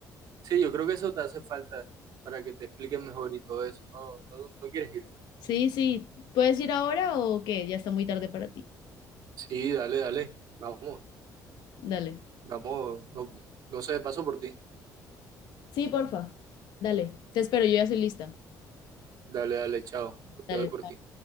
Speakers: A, on the right (about 65°); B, on the left (about 75°).
A: sí, yo creo que eso te hace falta para que te expliquen mejor y todo eso. No, no, no quieres ir.
B: Sí, sí. ¿Puedes ir ahora o qué? Ya está muy tarde para ti.
A: Sí, dale, dale. Vamos,
B: Dale.
A: vamos. No, no sé, paso por ti.
B: Sí, porfa. Dale. Te espero, yo ya soy lista.
A: Dale, dale, chao.
B: Dale.
A: Ya voy por ti.